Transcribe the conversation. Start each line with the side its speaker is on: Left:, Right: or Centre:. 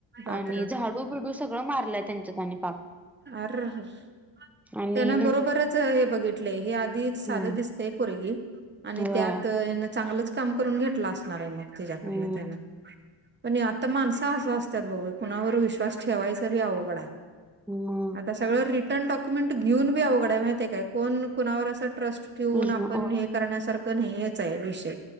Right: बापरे!
Centre: आणि झाडू बिडू सगळं मारलंय त्यांच्यात आणि पाप.
Right: आररर!
Centre: आणि
Right: त्यानं बरोबरच हे बघितलंय हे आधी
Centre: नंतर
Right: साधं दिसतयं पोरगी आणि
Centre: होय.
Right: त्यात हेनं चांगलंच काम करून घेतलं असणार आहे मग तिच्याकडंन
Centre: हम्म.
Right: तेनं. पण ये आता माणसं असं असत्यात बघ बाई कुणावर विश्वास ठेवायचा बी अवघड हाय.
Centre: हम
Right: आता सगळं रिटर्न डॉक्युमेंट घेऊन बी अवघड हाय माहिती हाय काय कोण कोणावर असं ट्रस्ट ठेवून
Centre: विष्णू
Right: आपण
Centre: ओ
Right: हे करण्यासारखं नाहीेयच हाय विषय.